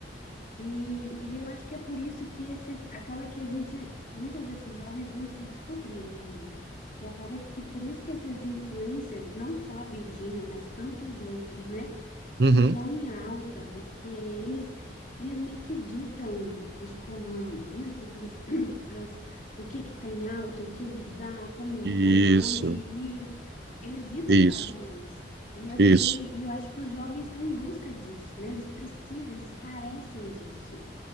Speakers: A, on the left; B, on the right.
A: E, e eu acho que é por isso que esses, acaba que a gente, muitos desses jovens não se descobriram ainda. E acaba que por isso que esses influencers, não só a Virgínia, mas tantos outros, né, estão
B: Uhum.
A: tão em alta, porque eles, eles meio que ditam os comandos, né, as, <clears throat> as, o que que tem alta, o que usar, como usar,
B: Isso,
A: onde ir. Eles ditam
B: isso,
A: padrões. E, as-
B: isso.
A: e, e eu acho que os jovens estão em busca disso, né? Eles precisam, eles carecem disso.